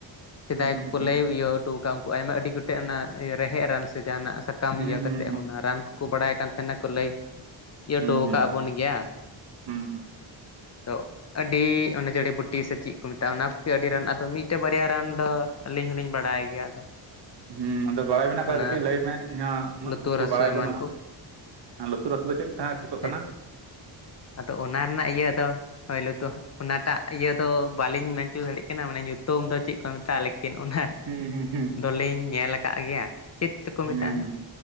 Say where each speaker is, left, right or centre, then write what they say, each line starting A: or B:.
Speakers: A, on the left; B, on the right.
A: ᱥᱮᱫᱟᱭ
B: ᱦᱩᱸ ᱦᱩᱸ
A: ᱠᱚᱠᱚ ᱞᱟᱹᱭ ᱤᱭᱟᱹ ᱠᱚ ᱠᱟᱜ ᱩᱱᱠᱩ ᱟᱭᱢᱟ ᱟᱹᱰᱤ ᱜᱚᱴᱮᱡ ᱚᱱᱟ ᱨᱮᱦᱮᱫ ᱨᱟᱱ ᱥᱮ ᱡᱟᱦᱟᱱᱟᱜ ᱥᱟᱠᱟᱢ
B: ᱦᱩᱸ
A: ᱤᱭᱟᱹ
B: ᱦᱩᱸ
A: ᱠᱟᱛᱮ
B: ᱦᱩᱸ
A: ᱦᱚᱸ ᱚᱱᱟ ᱨᱟᱱ ᱠᱚᱠᱚ ᱵᱟᱲᱟᱭ ᱠᱟᱱ ᱛᱟᱦᱮᱱᱟ ᱠᱚ ᱞᱟᱹᱭ ᱤᱭᱟᱹ
B: ᱦᱩᱸ
A: ᱦᱚᱴᱚ ᱟᱠᱟᱜ
B: ᱦᱩᱸ
A: ᱵᱚᱱ ᱜᱮᱭᱟ
B: ᱦᱩᱸ
A: ᱛᱚ ᱟᱹᱰᱤ ᱚᱱᱮ ᱡᱟᱹᱲᱤ ᱵᱩᱴᱤ ᱥᱮ ᱪᱮᱫ ᱠᱚ ᱢᱮᱛᱟᱜᱼᱟ ᱚᱱᱟ ᱠᱚᱜᱮ ᱟᱹᱰᱤ ᱨᱟᱱ ᱟᱫᱚ ᱢᱤᱫᱴᱮᱡ ᱵᱟᱨᱭᱟ ᱨᱟᱱ ᱟᱫᱚ ᱟᱹᱞᱤᱧ ᱦᱚᱞᱤᱧ ᱵᱟᱲᱟᱭ ᱜᱮᱭᱟ ᱟᱫᱚ
B: ᱦᱮᱸ ᱟᱫᱚ ᱵᱟᱲᱟᱭ ᱢᱮᱱᱟᱜ ᱟᱠᱟᱫᱟ
A: ᱚᱱᱟ
B: ᱠᱟᱹᱴᱤᱡ ᱞᱟᱹᱭ ᱢᱮ ᱤᱧᱦᱚᱸ ᱩᱱᱟᱹᱜ
A: ᱞᱩᱛᱩᱨ
B: ᱠᱤᱪᱷᱩ
A: ᱦᱟᱹᱥᱩ
B: ᱵᱟᱲᱟᱭ
A: ᱮᱢᱟᱱ
B: ᱵᱟᱹᱱᱩᱜᱼᱟ
A: ᱠᱚ
B: ᱞᱩᱛᱩᱨ ᱦᱟᱹᱥᱩ ᱫᱚ ᱪᱮᱫ ᱠᱟ ᱴᱷᱤᱠᱚᱜ
A: ᱦᱮᱸ
B: ᱠᱟᱱᱟ
A: ᱟᱫᱚ ᱚᱱᱟ ᱨᱮᱱᱟᱜ ᱤᱭᱟᱹ ᱫᱚ ᱦᱳᱭ ᱞᱩᱛᱩ ᱚᱱᱟᱴᱟᱜ ᱤᱭᱟᱹ ᱫᱚ ᱵᱟᱞᱤᱧ ᱢᱮᱱᱪᱚ ᱫᱟᱲᱮᱭᱟᱜ ᱠᱟᱱᱟ ᱢᱟᱱᱮ ᱧᱩᱛᱩᱢ ᱫᱚ ᱪᱮᱫ ᱠᱚ ᱢᱮᱛᱟᱜᱼᱟ ᱠᱤᱱ ᱚᱱᱦᱟ
B: ᱦᱩᱸ ᱦᱩᱸ ᱦᱩᱸ
A: ᱫᱚᱞᱤᱧ ᱧᱮᱞ ᱟᱠᱟᱫ ᱜᱮᱭᱟ ᱪᱮᱫ ᱛᱮᱠᱚ
B: ᱦᱩᱸ
A: ᱢᱮᱛᱟᱜᱼᱟ ᱦᱟᱸᱜ